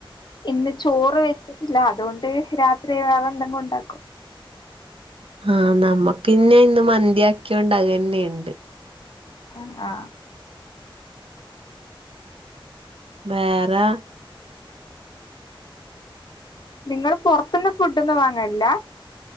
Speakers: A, on the left (about 55°); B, on the right (about 80°).
A: ഇന്ന് ചോറ് വെച്ചിട്ടില്ല അതുകൊണ്ട് രാത്രി വേറെ എന്തെങ്കുംണ്ടാക്കും
B: ആ നമ്മക്കിന്നെ ഇന്ന് മന്തിയാക്കൊണ്ട് അത് ന്നെയ്ണ്ട്
A: ആ ആ
B: വേറെ
A: നിങ്ങള് പൊർത്ത്ന്ന് ഫുഡാെന്നും വാങ്ങൽല്ല